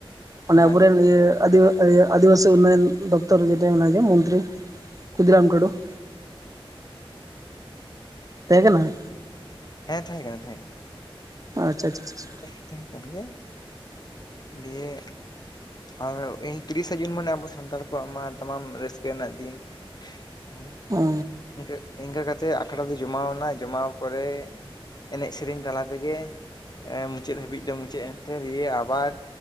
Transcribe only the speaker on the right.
ᱢᱟᱱᱮ ᱟᱵᱚᱨᱮᱱ
ᱤᱭᱟᱹ ᱟᱫᱤᱵᱟᱥᱤ ᱟᱫᱤᱵᱟᱥᱤ ᱩᱱᱱᱚᱭᱚᱱ ᱫᱚᱯᱛᱚᱨᱮᱴ ᱢᱮ ᱢᱚᱱᱛᱨᱤ ᱠᱷᱩᱫᱤᱨᱟᱢ ᱴᱩᱰᱩ <inaudible> ᱛᱟᱦᱮᱸ ᱠᱟᱱᱟᱭ
ᱟᱪᱪᱷᱟ ᱟᱪᱪᱷᱟ ᱟᱪᱪᱷᱟ
ᱚ